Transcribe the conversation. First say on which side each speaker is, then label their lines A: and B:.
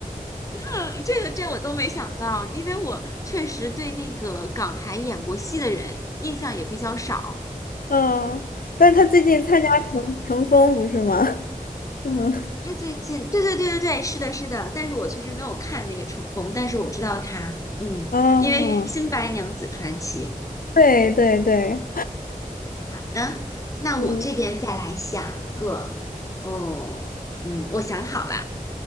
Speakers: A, on the left; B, on the left.
A: <laughs> 这个这我都没想到，因为我确实对那个港台演过戏的人印象也比较少。
B: <laughs> 嗯，但他最近参加乘乘风不是吗？<laughs> 嗯，
A: 他最近，对对对对对，是的，是的，但是我确实没有看那个《重逢》，但是我知道他，嗯，
B: 哦，
A: 因为《新白娘子传奇》。
B: 对对对，
A: 好的，那我这边再来想个，
B: 嗯。
A: 哦，嗯，我想好了，